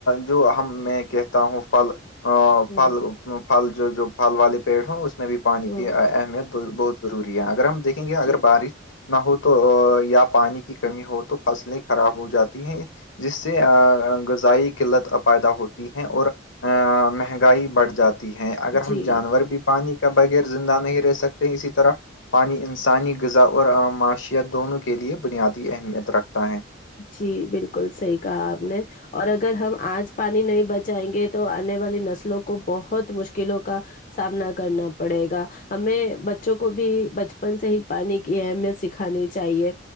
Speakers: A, on the left; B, on the left.
A: جو ہم میں کہتا ہوں پھل ا
B: ہ
A: پھل پھل جو جو پھل والے پیڑ ہو اس میں بھی پانی
B: ہ
A: کی اہمیت بہت ضروری ہے اگر ہم دیکیں گے اگر
B: جی
A: بارش نہ ہو تو یا پانی کی کمی ہو تو فصلیں خراب ہو جاتی ہیں جس سے آ غذائی قلت آ پیدا ہوتی ہے اور آ مہنگائی بڑھ جاتی ہے اگر ہم
B: جی
A: جانور بھی پانی کے بغیر زندہ نہیں رہ سکتے اسی طرح پانی انسانی غذا اور معاشت دونوں کے لیئے بنیادی اہمیت رکھتا ہے
B: جی بالکل صحیح کہا آپ نے اور اگر ہم آج پانی نہیں بچائیں گے تو آنے والی نسلوں کو بہت مشکلوں کا سامنا کرنا پڑے گا ہمیں بچوں کو بھی بچپن سے ہی پانی کی اہمیت سک کھانی چاہیے